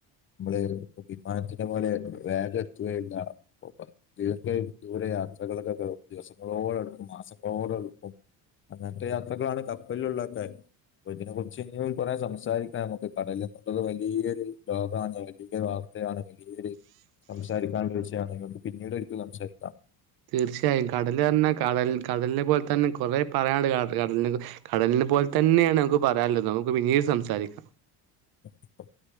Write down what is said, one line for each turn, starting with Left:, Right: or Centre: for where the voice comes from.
Left: നമ്മളെ വിമാനത്തിന്റെ പോലെ വേഗം എത്തുകയില്ല ദീർഘ ദൂര യാത്രകൾക്കൊക്കെ ദിവസങ്ങളോളെടുക്കും മാസങ്ങളോളം എടുക്കും അങ്ങനത്തെ യാത്രകളാണ് കപ്പലിലുള്ളക്കെ അപ്പൊ ഇതിനെ കുറിച്ച് ഇനിയും കുറേ സംസാരിക്കാൻ നമുക്ക് കടല് അത്രതൊരു വലിയൊരു ലോകണ് വലിയൊരു വാ <unintelligible> ഈ ഒരു സംസാരിക്കാനുള്ള വിഷയാണ് നമുക്ക് പിന്നീട് ഒരിക്കെ സംസാരിക്കാം
Right: തീർച്ചയായും കടല് പർഞ്ഞാ കടൽ കടലിനെ പോലെ തന്നെ കൊറേ പറയാണ്ട് കട കടൽന്ന് കടലിനെ പോലെ തന്നെയാണ് നമുക്ക് പറയാല്ലതും നമുക്ക് പിന്നീട് സംസാരിക്കാം
Left: <inaudible>